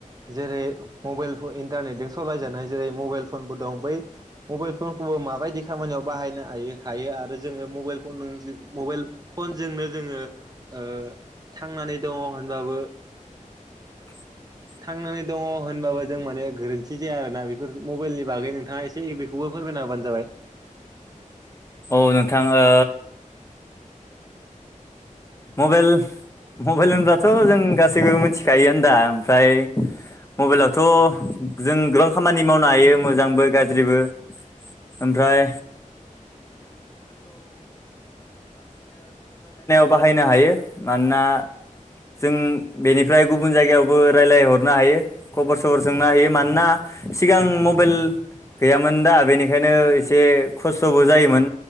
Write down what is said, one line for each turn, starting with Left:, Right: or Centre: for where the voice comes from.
Right: जेरै मबाइल इन्टारनेटजों सालाय जानाय जेरै मबाइल फनबो दं बै मबाइल फनखौ खौ माबायदि खामानियाव बाहायनो हायो हायो आरो जोङो मबाइल फन मबाइल फनजोंनो जोङो ओ थांनानै दङ होनबाबो
Left: <inaudible>
Right: थांनानै दङ होनबाबो जों माने गोरोन्थि जाया आरोना बेफोर मबाइलनि बागै नोंथाङा एसे बेखौबो फोरमायना होबानो जाबाय।
Left: औ नोंथां ओ मबेल मबेल होनब्लाथ' जों गासैबो मिथिखायोआनो दा ओमफ्राय मबाइलावथ' जों गोबां खामानि मावनो हायो मोजांबो गाज्रिबो ओमफ्राय <inaudible> बाहायनो हायो मानोना जों बेनिफ्राय गुबुन जायगायावबो रायलाय हरनो हायो खबर सबर सोंनो हायो मानोना सिगां मबेल गैयामोन दा बेनिखायनो एसे खस्थ'बो जायोमोन